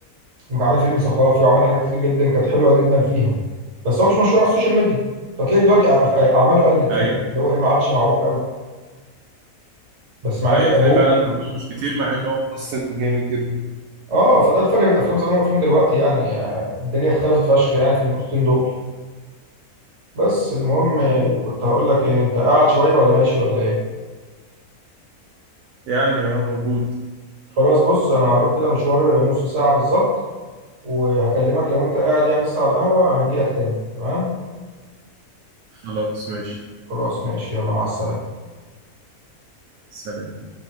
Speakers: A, on the right; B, on the right.
A: كان عامل فيلم ثقافي وعمل حاجات كتير جدا كانت حلوه جدا فيها بس هو مش مشهور على السوشيال ميديا فتلاقي دلوقتي أع- اعماله قلت
B: أيوة
A: فاهم اللي هو ايه ما عادش معروف قوي بس مع
B: أيوة
A: انه موهوب
B: تلاقي فعلا
A: و...
B: عمل مش كتير مع إنه هو ممثل جامد جدا
A: اه فده الفرق بين افلام زمان وافلام دلوقتي يعني آه، الدنيا اختلفت فشخ يعني في النقطتين دول بس المهم
B: ده
A: آه،
B: حقيقي
A: كنت هقول لك ايه انت قاعد شويه ولا ماشي ولا ايه
B: يعني هو موجود
A: خلاص بص انا هروح كده مشوار نص ساعة بالظبط وهكلمك لو انت قاعد يعني لسه على القهوة هجيلك تاني تمام
B: خلاص ماشي
A: خلاص ماشي يلا مع السلامة
B: سلام